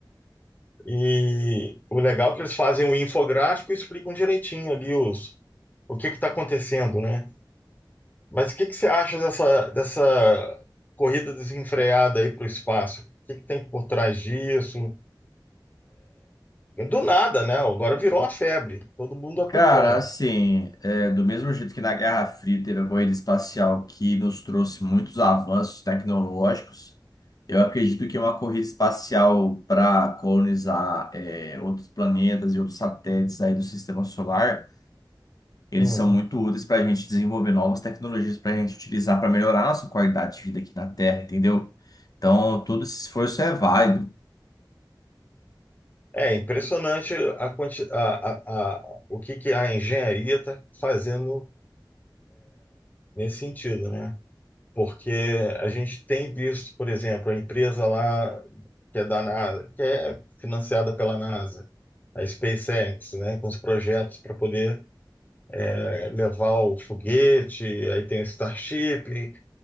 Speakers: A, on the left (about 20°); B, on the left (about 50°).
A: E o legal é que eles fazem o infográfico e explicam direitinho ali os, o que está acontecendo, né? Mas o que que você acha dessa, dessa corrida desenfreada aí para o espaço? O que que tem por trás disso? Do nada, né? Agora virou uma febre, todo mundo acompanha.
B: Cara, assim, é, do mesmo jeito que na Guerra Fria teve a corrida espacial que nos trouxe muitos avanços tecnológicos, eu acredito que uma corrida espacial para colonizar é, outros planetas e outros satélites aí do sistema solar, eles
A: Hum.
B: são muito úteis para a gente desenvolver novas tecnologias para a gente utilizar para melhorar a nossa qualidade de vida aqui na Terra, entendeu? Então, todo esse esforço é válido.
A: É impressionante a, quanti- a, a, a- o que, que a engenharia está fazendo nesse sentido, né? Porque a gente tem visto, por exemplo, a empresa lá que é da NASA, que é financiada pela NASA, a SpaceX, né, com os projetos para poder é, levar o foguete, aí tem o Starship,